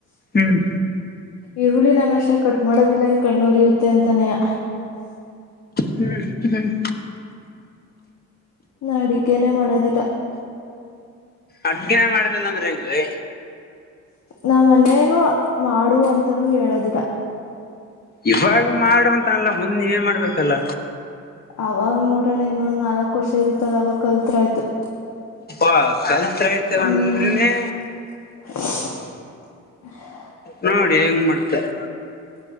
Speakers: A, on the left (about 30°); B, on the left (about 65°).
A: ಹ್ಮ್
B: ಈರುಳ್ಳಿ ನಾನು ಅಷ್ಟೊಂದು ಕಟ್ ಮಾಡೋದಿಲ್ಲ ಇಂಗ್ ಕಣ್ಣೂರಿಯುತ್ತೆ ಅಂತಾನೆಯ.
A: ಹ್ಮ್ ಹ್ಮ್
B: ನಾ ಅಡುಗ್ಗೆನೇ ಮಾಡೋದಿಲ್ಲ.
A: ಅಡಗೆನೆ ಮಾಡೋದಿಲ್ಲ ಅಂದ್ರೆ ಹೆಂಗ್ ರೀ.
B: ನಾ ಮನೇಲ್ಲೂ ಮಾಡು ಅಂತನೂ ಹೇಳೋದಿಲ್ಲ.
A: ಇವಾಗ ಮಾಡು ಅಂತ ಅಲ್ಲ ಮುಂದೆ ನೀವೆ ಮಾಡ್ಬೇಕಲ್ಲ.
B: ಅವಾಗ ನೋಡೋಣ ಇನ್ನೊಂದು ನಾಲ್ಕು ವರ್ಷ ಇರುತ್ತಲ್ಲ ಅವಾಗ ಕಲತ್ತರೇ ಆಯ್ತು‌.
A: ಅ ಕಲ್ತ್ ಆಯ್ತುರೂ
B: ಹ್ಮ್
A: ಅಂದ್ರನೆ.
B: <inaudible>
A: ನೋಡಿ ಹೆಂಗ್ ಮಾಡುತ್ತಾರೆ.